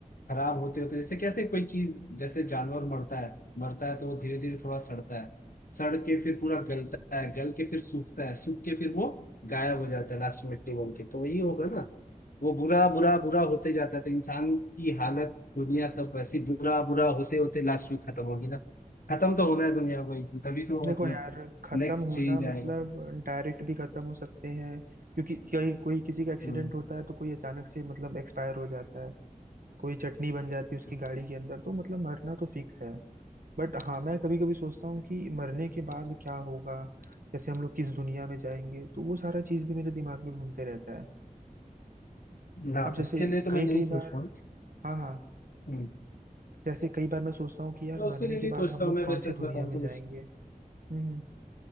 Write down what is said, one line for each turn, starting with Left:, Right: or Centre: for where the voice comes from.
Left: खराब होते होते जैसे कैसे कोई चीज जैसे जानवर मरता है मरता है तो वो धीरे धीरे थोड़ा सड़ता है सड़ के फिर पूरा गलता है गल के फिर सूखता है सूख के फिर वो गायब हो जाता है लास्ट में मिट्टी बन के तो वही होगा ना वो बुरा बुरा बुरा होते जाता है तो इंसान की हालत दुनिया सब वैसी बुरा बुरा होते होते लास्ट में खत्म होगी ना खत्म तो होना है दुनिया को एक दिन, तभी तो
Right: देखो
Left: मतलब
Right: यार खत्म
Left: नेक्स्ट
Right: होना
Left: चेंज
Right: मतलब
Left: आएगा
Right: डायरेक्ट भी खत्म हो सकते हैं क्योंकि कोई कोई किसी का एक्सीडेंट
Left: हम्म
Right: होता है तो कोई अचानक से मतलब एक्सपायर हो जाता है कोई चटनी बन जाती है उसकी
Left: हम्म,
Right: गाड़ी के अंदर तो मतलब मरना तो फिक्स है बट हाँ मैं कभी कभी सोचता
Left: हम्म।
Right: हूँ कि मरने के बाद क्या होगा जैसे हम लोग किस दुनिया में जाएंगे तो वो सारा चीज भी मेरे दिमाग में घूमते रहता है
Left: ना
Right: अब जैसे
Left: उसके लिए तो
Right: कई
Left: मैं नहीं
Right: कई
Left: सोच
Right: बार
Left: रहा हूँ
Right: हाँ हाँ
Left: हम्म,
Right: जैसे कई बार मैं सोचता हूँ कि यार
Left: मैं
Right: मरने
Left: उसके लिए
Right: के
Left: नहीं
Right: बाद
Left: सोचता
Right: हम
Left: हूँ
Right: लोग
Left: मैं
Right: कौन
Left: वैसे
Right: सी
Left: बताऊँ
Right: दुनिया में
Left: तो
Right: जाएंगे हम्म